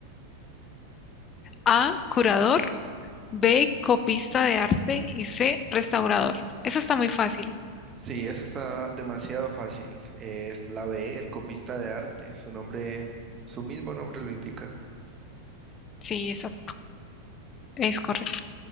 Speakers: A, on the left (about 25°); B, on the right (about 25°).
A: A, curador, B, copista de arte y C, restaurador. Eso está muy fácil.
B: Sí, eso está demasiado fácil. Es la B, el copista de arte. Su nombre, su mismo nombre lo indica.
A: Sí, esa es correcto.